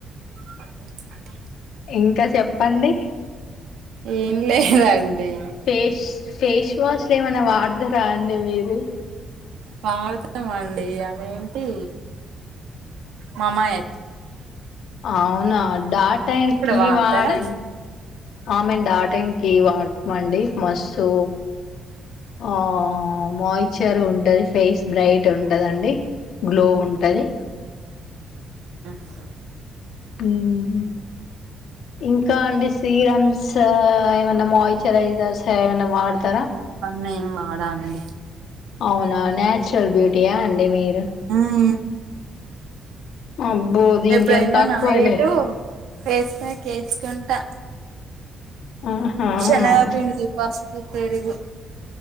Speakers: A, on the right (about 80°); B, on the left (about 75°).
A: <inaudible>
B: ఇంకా చెప్పండి
A: ఏం లేదండి
B: ఫేస్ ఫేస్ వాష్ లో ఏమనా వాడదారా అండి మీరు
A: వాడుతాం అండి అదేంటి మామాయత్
B: అవునా డాటైన కీ
A: వాడతారా
B: వాడం ఆమెను డాటం కీ వాడుతామండి మస్తు ఆ మాయిచర్ ఉంటది ఫేస్ బ్రైట్ ఉంటదండి గ్లో ఉంటది
A: <inaudible> ఉం
B: మ్మ్ ఇంకా అండి సీరమ్స్ ఏమన్నా మాయిశ్చరైజర్స్ ఏమన్నా వాతారా
A: నేం వాడాండి
B: అవునా న్యాచురల్ బ్యూటీయా అండి అ మీరు
A: ఉం
B: అబ్బో దీనికి
A: ఎప్పుడైనా
B: ఏం తక్కువలే
A: నా ఇటు ఫేస్ ప్యాక్ ఏసుకుంటా
B: ఆహా
A: శనగా పిండి పసు పు పెరుగు